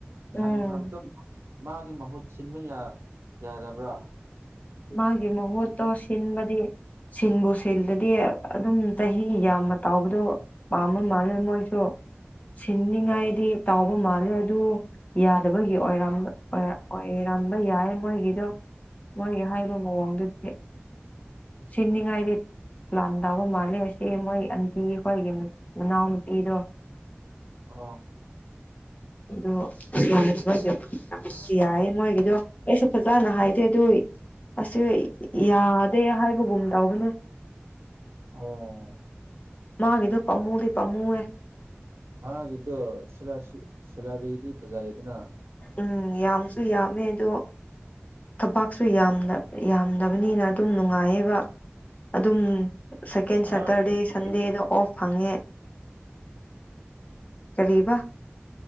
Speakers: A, on the right (about 75°); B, on the left (about 35°).
A: ꯍꯟꯒꯔꯕꯗ
B: ꯎꯝ
A: ꯃꯥꯒꯤ ꯃꯍꯨꯠ ꯁꯤꯟꯕ ꯌꯥ ꯌꯥꯗꯕ꯭ꯔꯥ
B: ꯃꯥꯒꯤ ꯃꯍꯨꯇꯣ ꯁꯤꯟꯕꯗꯤ ꯁꯤꯟꯕꯨ ꯁꯤꯜꯗꯗꯤ ꯑꯗꯨꯝ ꯆꯍꯤ ꯌꯥꯝꯃ ꯇꯥꯎꯕꯗꯣ ꯄꯥꯝꯕ ꯃꯥꯜꯂꯦ ꯃꯣꯏꯁꯨ ꯁꯤꯟꯅꯤꯡꯉꯥꯏꯗꯤ
A: ꯑꯣ
B: ꯇꯥꯎꯕ ꯃꯥꯜꯂꯦ ꯑꯗꯨ ꯌꯥꯗꯕꯒꯤ ꯑꯣꯏꯔꯝꯕ ꯑꯣꯏ ꯑꯣꯏꯔꯝꯕ ꯌꯥꯏ ꯃꯣꯏꯒꯤꯗꯣ ꯃꯣꯏꯒꯤ ꯍꯥꯏꯕ ꯃꯑꯣꯡꯗꯨꯗꯤ ꯁꯤꯅꯤꯉꯥꯏꯗꯤ ꯄ꯭ꯂꯥꯟ ꯇꯥꯎꯕ ꯃꯥꯜꯂꯦ ꯑꯁꯤ ꯃꯣꯏ ꯑꯟꯇꯤ ꯈꯣꯏꯒꯤ ꯃꯅꯥꯎ ꯅꯨꯨꯄꯤꯗꯣ
A: ꯑꯣ
B: ꯑꯗꯨ <unintelligible> ꯌꯥꯏꯌꯦ ꯃꯣꯏꯒꯤꯖꯣ ꯑꯩꯁꯨ ꯐꯖꯅ ꯍꯥꯏꯗꯦ ꯑꯗꯨ ꯑꯁꯨꯏ ꯌꯥꯗꯦ ꯍꯥꯏꯕꯒꯨꯝ ꯇꯕꯅꯦ
A: ꯎꯝ
B: ꯃꯥꯒꯤꯗꯣ ꯄꯝꯃꯨꯗꯤ ꯄꯃꯨ ꯑꯦ
A: ꯃꯥꯒꯤꯗꯣ ꯁꯣꯂ ꯆꯤ ꯁꯂꯥꯔꯤꯗꯤ ꯐꯖꯥꯏꯌꯦꯗꯅ
B: ꯎꯝ ꯌꯥꯝꯁꯨ ꯌꯥꯝꯃꯦ ꯑꯗꯣ ꯊꯕꯥꯛꯁꯨ ꯌꯥꯝꯅ ꯌꯥꯝꯗꯕꯅꯤꯅ ꯑꯗꯨꯝ ꯅꯨꯡꯉꯥꯏꯌꯦꯕ ꯑꯗꯨꯝ ꯁꯦꯀꯦꯟ
A: ꯃꯥꯒꯤ
B: ꯁꯇꯔꯗꯦ
A: ꯊꯕꯛꯇꯤ
B: ꯁꯟꯗꯦꯗ ꯑꯣꯐ ꯐꯪꯉꯦ ꯀꯔꯤꯕ